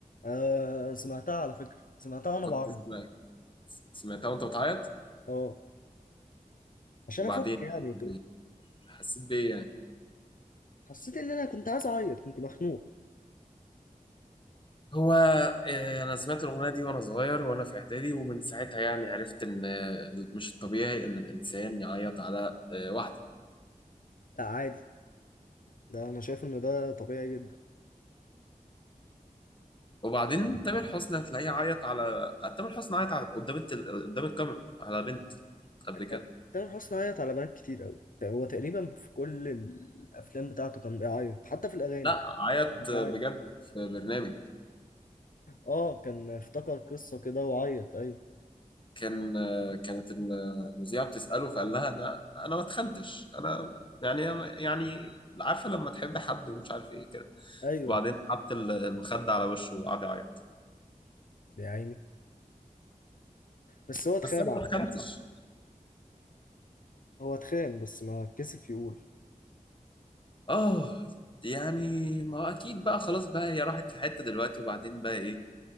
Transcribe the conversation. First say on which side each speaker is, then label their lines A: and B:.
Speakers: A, on the left; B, on the left.
A: آه سمعتها على فكره سمعتها وانا
B: كنت
A: بعيط
B: سمعت سمعتها وانت بتعيط
A: اه عشان
B: وبعدين
A: افك يعني وكده
B: ب- حسيت بايه يعني
A: حسيت ان انا كنت عايز اعيط كنت مخنوق
B: هو إيه انا سمعت الاغنيه دي وانا صغير وانا في اعدادي ومن ساعتها يعني عرفت ان آه، مش الطبيعي ان الانسان يعيط على آه، واحده
A: لا عادي ده انا شايف ان ده طبيعي جدا
B: وبعدين تامر حسني هتلاقيه عيط على تامر حسني عيط على... قدام التل... قدام الكاميرا على بنت قبل
A: ت-
B: كده
A: تامر حسني عيط على بنات كتير قوي هو تقريبا في كل الافلام بتاعته كان بيعيط حتى في الاغاني
B: لا عيط
A: كان بيعيط
B: بجد في برنامج
A: اه كان افتكر قصة كده وعيط ايوه
B: كان كانت المذيعة بتسأله فقال لها انا انا ما اتخنتش انا يعني يعني عارفة لما تحب حد ومش عارف ايه كده
A: ايوه
B: وبعدين حط المخدة على وشه وقعد يعيط
A: يا عيني بس هو اتخان
B: بس انا
A: على
B: ما اتخنتش
A: فكرة هو اتخان بس ما كسف يقول
B: اه يعني ما هو اكيد بقى خلاص بقى هي راحت في حتة دلوقتي وبعدين بقى ايه